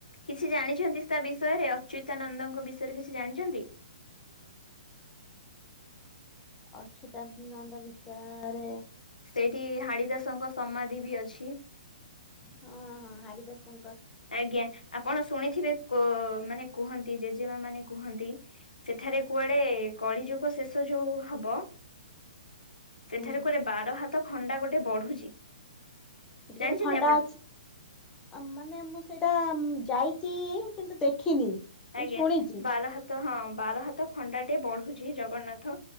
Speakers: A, on the left (about 80°); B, on the left (about 15°).
A: କିଛି ଜାଣିଛନ୍ତି ତା ବିଷୟରେ। ଅଚ୍ୟୁତାନନ୍ଦଙ୍କ ବିଷୟରେ କିଛି ଜାଣିଚନ୍ତି।
B: ଅଚ୍ୟୁତାନନ୍ଦ ବିଷୟରେ।
A: ସେଇଠି ହାଡିଦାସଙ୍କ ସମାଧି ବି ଅଛି।
B: ହଁ ହଁ ହାଡିଦାସ
A: ଆଜ୍ଞା ଆପଣ ଶୁଣିଥିବେ କ ମାନେ କୁହ ନ୍ତି ଜେଜେମା ମାନେ କୁହନ୍ତି ସେଠାରେ କୁଆଡେ କଳି ଯୁଗ ଶେଷ ଯୋଉ ହବ। ସେଠାରେ
B: ହୁଁ
A: କୁଆଡେ ବାର ହାତ ଖଣ୍ଡା ଗୋଟେ ବଢୁଛି।
B: ସେଠି
A: ଜାଣିଛନ୍ତି
B: ଗୋଟେ ଖଣ୍ଡା
A: ଆପଣ?
B: ଅଛି ଆ ମାନେ ମୁ ସେଇଟା ଯାଇଛି କିନ୍ତୁ ଦେଖିନି। କିନ୍ତୁ
A: ଆଜ୍ଞା
B: ଶୁଣିଛି
A: ବାର ହାତ ହଁ ବାର ହାତ ଖଣ୍ଡା ଟେ ବଢୁଛି ଜଗନ୍ନାଥ